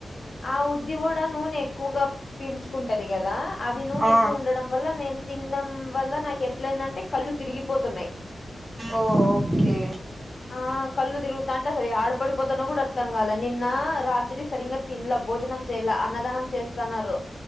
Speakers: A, on the left (about 45°); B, on the right (about 25°).
A: ఆ ఉద్ది కూడా నూనె ఎక్కువగా పీల్చుకుంటది కదా అది నూనె
B: ఆ
A: ఎక్కువ ఉండడం వల్ల నేను తినడం వల్ల నాకు ఎట్లయిందంటే కళ్ళు తిరిగిపోతున్నాయ్
B: ఓ ఓకే
A: ఆ కళ్ళు తిరుగుతాంటే అసలు యాడ పడిపోతానో కూడా అర్థం కాలే నిన్న రాత్రి సరింగా తిన్లా భోజనం చెయ్లా అన్నదానం చేస్తానారు